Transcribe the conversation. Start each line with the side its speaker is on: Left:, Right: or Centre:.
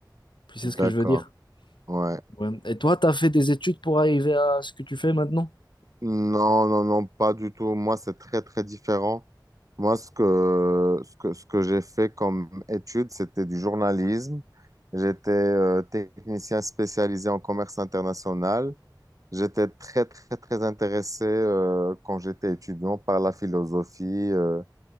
Left: Tu sais
Right: D'accord,
Left: ce que je veux dire?
Right: ouais.
Left: Ouais. Et toi, tu as fait des études pour arriver à ce que tu fais maintenant?
Right: Non, non, non, pas du tout. Moi, c'est très, très différent. Moi, ce que, ce que, ce que j'ai fait comme étude, c'était du journalisme. J'étais euh, technicien spécialisé en commerce international. J'étais très, très, très intéressé euh, quand j'étais étudiant par la philosophie, euh,